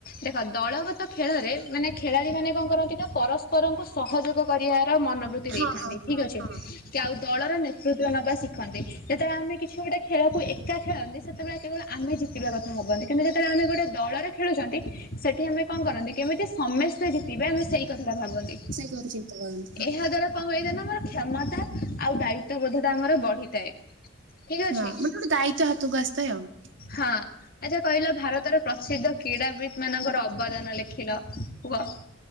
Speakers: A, on the left; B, on the right.
A: ଦେଖ ଦଳଗତ ଖେଳରେ ମାନେ ଖେଳାଳି ମାନେ କଣ କରନ୍ତି ନା ପରସ୍ପରଙ୍କୁ ସହଯୋଗ କରିଆର ମନୋବୃତ୍ତି ଦେଇଥାନ୍ତି,
B: ହଁ ହଁ
A: ଠିକ୍
B: ହଁ
A: ଅଛି।
B: ହଁ।
A: କି ଆଉ ଦଳର ନେତୃତ୍ୱ ନବା ଶିଖନ୍ତି। ଯେତବେଳେ ଆମେ କି ଛି ଗୋଟେ ଖେଳକୁ ଏକା ଖେଳନ୍ତି, ସେତେବେଳେ କେବଳ ଆମେ ଜିତ୍ ଜିତିବା କଥା ଭାବନ୍ତି, କିନ୍ତୁ ଯେତେବେଳେ ଆମେ ଗୋଟେ ଦଳରେ ଖେଳୁଛନ୍ତି ସେଠି ଆମେ କଣ କରନ୍ତି କେମିତି ସମେସ୍ତେ ଜିତିବେ ଆମେ ସେଇ କଥାଟା ଭାବନ୍ତି।
B: ସେଇ ତ କଥା ଚିନ୍ତା କରନ୍ତି ହଁ।
A: ଏହା ଦ୍ଵାରା କଣ ହୋଇଥାଏ ନା ଆମର କ୍ଷମତା ଆଉ ଦାୟିତ୍ଵ ବୋଧଟା ଆମର ବଢିଥାଏ। ଠିକ ଅଛି
B: ହଁ ମନେକର ଗୋଟେ ଦାୟିତ୍ୱ ହାତକୁ ଆସିଥାଏ ଆଉ।
A: ହଁ ଆଚ୍ଛା କହିଲ ଭାରତର ପ୍ରସିଦ୍ଧ କ୍ରୀଡ଼ାବିତ୍ ମାନଙ୍କର ଅବଦାନ ଲେଖିଲ। କୁହ।